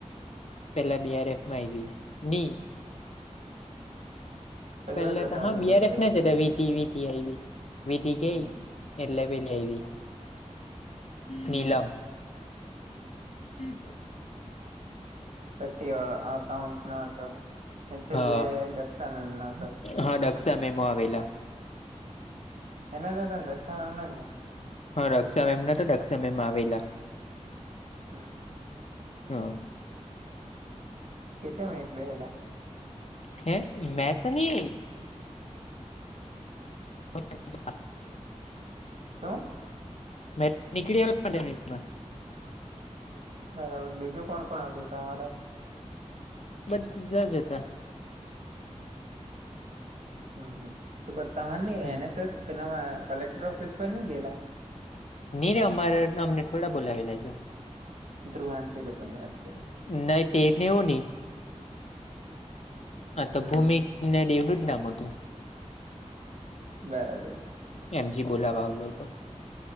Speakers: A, on the left; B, on the right.
A: પેલા બીઆરએફમાં આવી ની-
B: પેલો
A: પેલા
B: જ હતો
A: તો
B: આજે
A: હા બિઆારફ
B: બીઆરએફ
A: ના જતા વિધિ વિધિ આવી. વીટી
B: હમ
A: ગઈ એટલે પેલી આવી નીલમ. હમ
B: પછી અકાઉન્ટ ન હતો અને છેલ્લે
A: હા
B: દક્ષા મેમ એમનો હતો.
A: હા દક્ષા મેમ હો આવેલા.
B: એનો જ હતો ને દક્ષામેમનો જ ને.
A: હા દક્ષા એમ ના દક્ષા મેમ આવેલા.
B: હા
A: હ
B: કેટલા મનિટ બેહેલા.
A: હે મે તની <inaudible>
B: તો
A: મેં તો નીકળી આવેલો પંદર મિનિટમાં.
B: બરાબર બીજું કોણ કોણ હતું તમારો?
A: બધા જ હતા.
B: હમ હ તો ત ન
A: હમ
B: એનએસસ પેલા કલેક્ટર ઓફિસ પર ની ગેલા?
A: ની ર અમારે અમને થોડા બોલાવેલા લેજો
B: ધ્રુવાંશી લોકોની વાત કરુ.
A: નહી ટેટ ન હોની હા તો
B: હમ
A: ભૂમિને
B: હમ
A: દેવનું જ નામ હતું.
B: બરાબર.
A: એમજી બોલાવા આવેલો હતો.